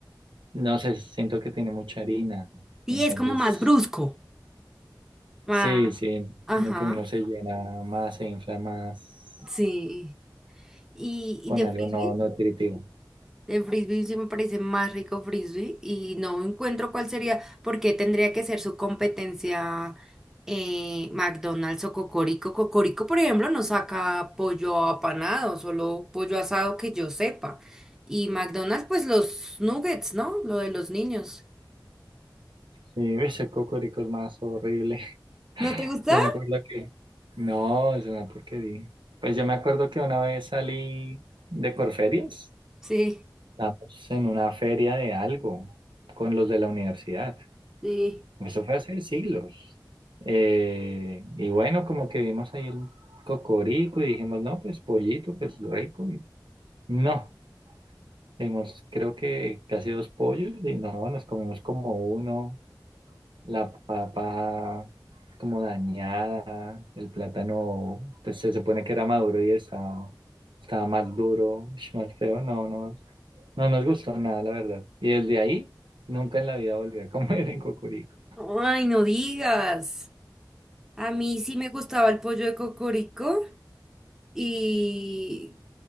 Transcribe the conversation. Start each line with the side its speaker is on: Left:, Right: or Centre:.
Right: no sé, siento que tiene mucha harina.
Centre: Sí,
Right: Entonces,
Centre: es como más brusco. Ah,
Right: sí, sí,
Centre: ajá,
Right: como que uno se llena más, se infla más
Centre: sí. ¿Y, y
Right: con
Centre: de
Right: algo
Centre: frisbee?
Right: no no nutritivo.
Centre: De frisbee sí me parece más rico frisbee y no encuentro cuál sería, porque tendría que ser su competencia eh, McDonald's o Cocorico. Cocorico, por ejemplo, no saca pollo apanado, solo pollo asado que yo sepa. Y McDonald's, pues los nuggets, ¿no? Lo de los niños.
Right: Sí, ese cocorico es más horrible. <laughs>
Centre: ¿No te gusta?
Right: Yo me acuerdo que, no, es una porquería. Pues yo me acuerdo que una vez salí de Corferias,
Centre: Sí.
Right: estábamos en una feria de algo con los de la universidad.
Centre: Sí.
Right: Pues, Eso fue hace siglos. Eh, y bueno, como que vimos ahí el cocorico y dijimos, no, pues pollito, pues rico. Y no, vimos creo que casi dos pollos y no, nos comimos como uno, la papa como dañada, el plátano, pues se supone que era maduro y estaba, estaba más duro, ush, más feo, no, no, no nos gustó nada, la verdad. Y desde ahí, nunca en la vida volví a <laughs> comer en cocorico.
Centre: Ay, no digas. A mí sí me gustaba el pollo de Cocorico. Y